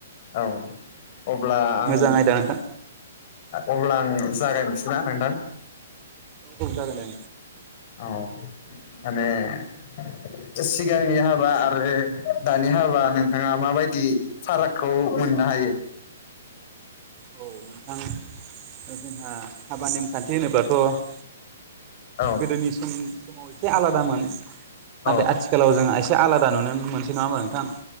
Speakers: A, on the left; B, on the right.
A: औ अब्ला आं
B: मोजां आयदा नोंथां।
A: अब्ला आं जागायनोसैना नोंथां?
B: औ औ जागोन दे।
A: औ माने सिगांनि हाबा आरो दानि हाबा। नोंथाङा माबायदि फारागखौ मोननो हायो?
B: औ नोंथां जोंहा हाबा नेमखान्थि होनोब्लाथ'।
A: औ
B: गोदोनि समनि समाव एसे आलादामोन
A: औ
B: नाथाय आथिखालाव जों ए से आलादा नुनो मोनसै नङाहोनबा नोंथां?